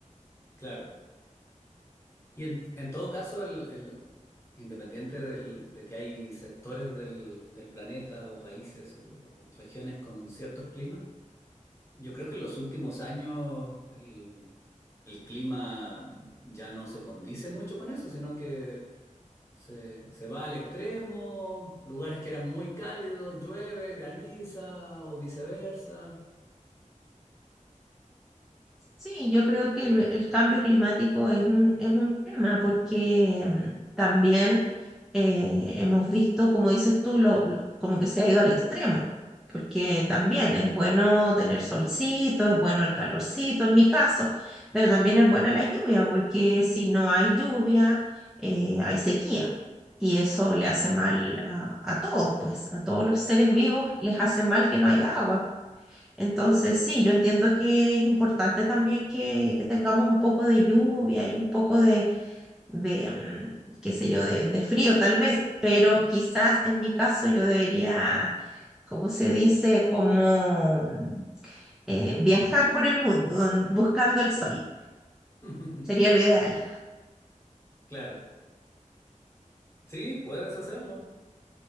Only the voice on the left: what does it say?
Claro. Y en, en todo caso, el, el- independiente del- de que hay sectores del, del planeta o países o, o regiones con ciertos climas, yo creo que en los últimos años el, el clima ya no se condice mucho con eso, sino que Se, se va al extremo, lugares que eran muy cálidos, llueve, graniza o viceversa.
<laughs>
Claro, sí, puedes hacerlo.